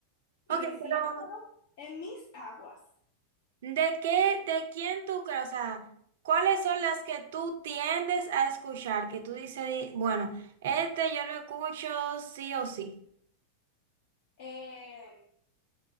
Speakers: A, on the left; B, on the right.
A: y
B: Ok,
A: me
B: pero
A: siento en mis aguas
B: ¿de qué, de quién tú crees? O sea, ¿cuáles son las que tú tiendes a escuchar? Que tú dices, di- bueno, este yo lo escucho sí o sí.
A: eh,